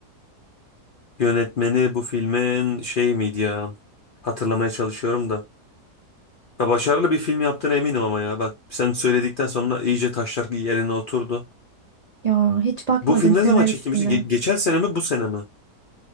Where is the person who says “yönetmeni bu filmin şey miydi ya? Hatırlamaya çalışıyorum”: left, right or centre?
Left